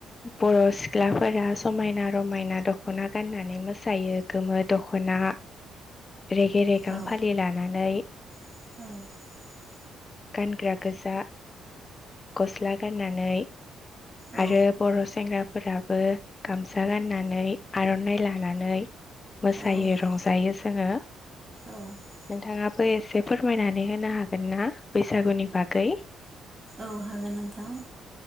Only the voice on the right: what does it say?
औ
<inaudible>
औ
औ
औ
औ हागोन नोंथां।